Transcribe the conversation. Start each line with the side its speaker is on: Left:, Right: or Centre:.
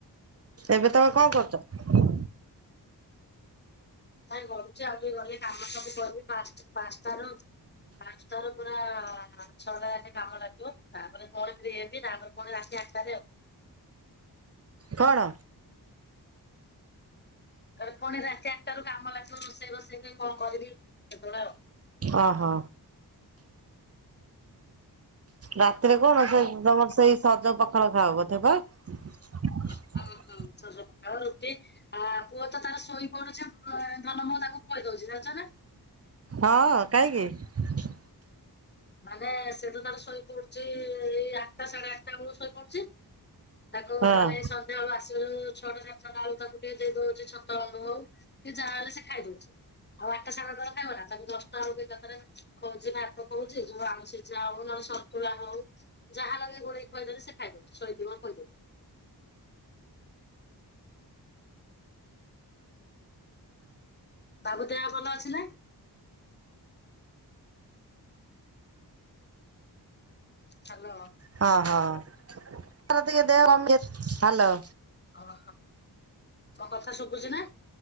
Right: ଏବେ ତମେ କଣ କରୁଛ?
Left: ଗଡୁଛି ଆଉ ଗଲେ କାମ ସବୁ କରିବି ପାଞ୍ଚ ପାଞ୍ଚଟ ର ପାଞ୍ଚଟ ର ପୁରା ଛଅଟା ଯା କାମ ଲାଗିବ ତାପରେ କଣ ଫ୍ରି ହେବି ତାପରେ କଣ ଏ ପୁଣି ରାତି ଆଠଟାରେ ଆଉ।
Right: କଣ?
Left: ତାଲେ କଣ ରାତି ଆଠଟା ରୁ କାମ ଲାଗିବ ରୋଷେଇ ରୋଷେଇ କଣ କରିବି ସେତେବେଳେ ଆଉ।
Right: ଓହୋ ରାତିରେ କଣ ସେ ତମର ସେଇ ସଜ ପଖାଳ ଖାଅ ବୋଧେ ବା <unintelligible>
Left: ହଁ ହଁ ସଜ ପଖାଳ ରୁଟି ଆ ପୁଅ ତ ତାର ଶୋଇ ପଡୁଛ ଧନ ମୁହୁ ତାକୁ କହି ଦଉଛି ଜଣିଛ ନା।
Right: ହଁ କାହିଁକି?
Left: ମାନେ ସେଟା ତାର ଶୋଇ ପଡୁଛି ଏଇ ଆଠଟା ସାଢେ ଆଠଟା ବେଳ ଶୋଇ ପଡୁଛି। ତାକୁ
Right: ହଁ
Left: ମାନେ ସନ୍ଧ୍ୟାବେଳୁ ଆସିଲୁ ଛଟା ସାତଟା ବେଳକୁ ତାଙ୍କୁ ଟିକେ ଦେଇ ଦଉଛି ଛତ <unintelligible> ହଉ ଟିକେ ଯାହାହେଲେ ସେ ଖାଇ ଦଉଛି ଆଉ ଆଠଟା ସାଢେ ଆଠଟା ବେଳକୁ ଖାଇବନା ତାକୁ ଦଶଟା ବେଳକୁ ଏକାଥରେ ଖୋଉଛି ଭାତ ହଉଛି ଆଳୁ ସିଝା ହଉ ନହେଲେ ଶନ୍ତୁଳା ହଉ ଯାହା ଲାଗେ ଗୋଳେଇକି ଖୋଇଦେଲେ ସେ ଖାଇଦଉଛି ଶୋଇଥିବ ଖୋଇଦେବି। ବାବୁ ଦେହ ଭଲ ଅଛି ନା? ହାଲୋ
Right: ହଁ ହଁ। ଟେ ଦେହ ଭଲ <inaudible> ହ୍ୟାଲୋ
Left: ଓହ ମୋ କଥା ଶୁଭୁଛି ନା।